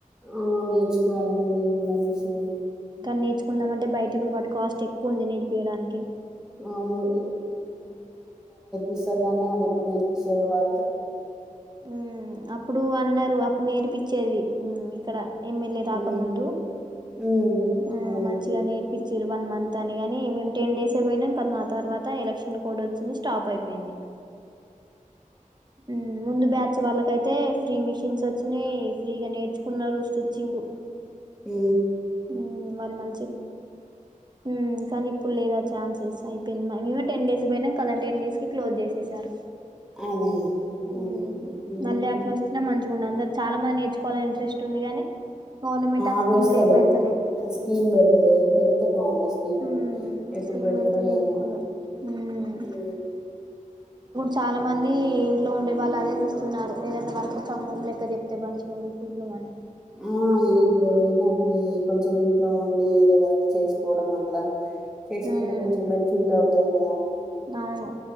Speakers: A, in the centre; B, on the right (about 30°).
A: అవును నేర్చుకోవాలండి నేను కూడా మెషిను
B: నేర్చకుందామని అంటే బయట ఇప్పుడు వాటి కాస్ట్ ఎక్కువ ఉంది నేర్పీయడానికి
A: అవును ఇస్తారుగానే అది ఇప్పుడు నేర్పిసే వా
B: ఊ అప్పుడూ అన్నారు అప్ ఇప్పుడ్ నేరిపిచ్చేది ఊ ఇక్కడ ఎమ్మెల్యే రాకముందు
A: ఉమ్ ఉమ్
B: ఆ
A: అవును
B: మంచిగా నేర్పిచిరు వన్ మంత్ తని గని మేమ్ టెన్ డేసే పొయినం కర్ నా తర్వాత ఎలక్షన్ కోడ్ ఒచ్చింది స్టాప్ అయిపేంది ఊ ముందు బ్యాచ్ వాళ్ళకైతే ఫ్రీ మిషిన్స్ ఒచ్చినాయి ఫ్రీగా నేర్చుకున్నారు స్టిచ్చింగు
A: ఊ
B: ఊ వాళ్ళు మంచిక్ ఊ కానీ ఇప్పుడ్ లేద్ ఆ చాన్సస్ అయిపెయినై <unintelligible> టెన్ డేస్ పోయినంక్ కదా టెన్ డేస్కి క్లోజ్ జేసెసారు
A: అదే అవునవును
B: ఉమ్
A: ఉమ్
B: మళ్ళీ అట్ల వొస్చ్న మంచిగుండు అందర్ చాలా మంది నేర్చుకోవాల అని ఇంట్రెస్ట్ ఉంది గాని గౌర్నమెంట్ ఆ
A: అవి
B: స్కీములు
A: వస్తలేవ్
B: ఏం బెడ్ద్
A: ఆ స్కీమ్ పెడతలే పెడితే బావుండే స్కీములు
B: మ్మ్
A: ఎప్పుడు
B: స్కీమ్
A: పెడతరో
B: పెడితే నేర్చుకున్నాం
A: ఏమో
B: మ్మ్
A: ఊ
B: తాలా మందీ ఇంట్లో ఉండే వాళ్ళు అదే చూస్తున్నారు ఏదన్న వర్క్ ఫ్రం హోం లెక్క చెప్తే మంచిగ ఉండు ఉద్దుమని
A: ఆ ఇప్పుడు ఎవరైన అట్ని కొంచం ఇంట్లో ఉండి ఈరె వర్క్ చేసుకోవడం అల్లా చేసుకుంటే
B: మ్మ్
A: కొంచం బెనిఫీట్ అవుతది కదా
B: అవును